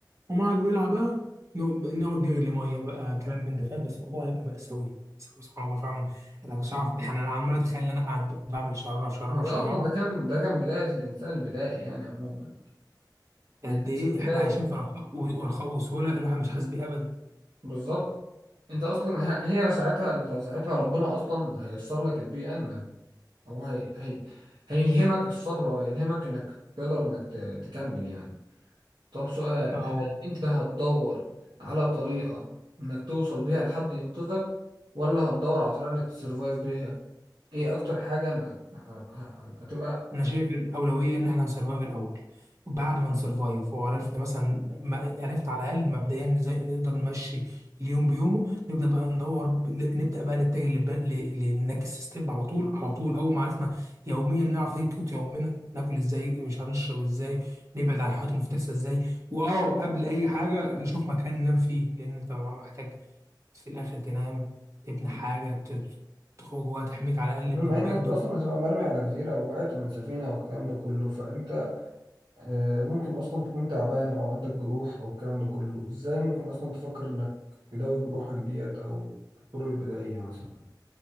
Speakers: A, on the right; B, on the right.
A: ومع الولعه بقى نقعد نقعد نغلي ميه بقى كلام من ده فاهم بس الموضوع هيبقى مأساوي مأساوي سبحان الله فعلا انا مش عارف يعني انا عمال اتخيل ان انا قاعد بعمل شراره في شراره
B: ما ده
A: في شراره
B: اصلا ده كان ده كان بداية الانسان البدائي يعني عموما
A: قد
B: الشك
A: ايه احنا
B: ده
A: عايشين في رخاء و- ورخاء وسهوله الواحد مش حاسس بيه ابدا
B: بالظبط انت اصلا ه- هي ساعتها انت ساعتها ربنا اصلا هيسر لك البيئه انك او هي هي هيلهمك الصبر وهيلهمك انك تقدر انك ت- تكمل يعني طب سؤال
A: اه
B: هل انت هتدور على طريقه انك توصل بيها لحد ينقذك ولا هتدور على طريقه انك تسرفايف بيها ايه اكتر حاجه أنا- ه- ه- هتبقى
A: انا شايف الاولويه ان احنا نسرفايف الاول وبعد ما نسرفايف وعرفنا مثلا ما عرفنا على الاقل مبدئيا ازاي نقدر نمشي اليوم بيومه نبدا بقى ندور نبدا بقى نتجه للب- ل- للنكست ستيب على طول على طول اول ما عرفنا يوميا نعرف نجيب قوت يومنا ناكل ازاي مش هنشرب ازاي نبعد عن الحاجات المفترسه ازاي واه قبل اي حاجه نشوف مكان ننام فيه لان انت محتاج في الاخر تنام تبني حاجه ت- تخرج جواها تحميك على الاقل
B: بما
A: من البرد
B: ان انت اصلا هتبقى مرمي على جزيره او وقعت من سفينه والكلام ده كله فانت آه، ممكن اصلا تكون تعبان او عندك جروح او الكلام ده كله ازاي ممكن اصلا تفكر انك تداوي جروحك ديت او بالطرق البدائية مثلا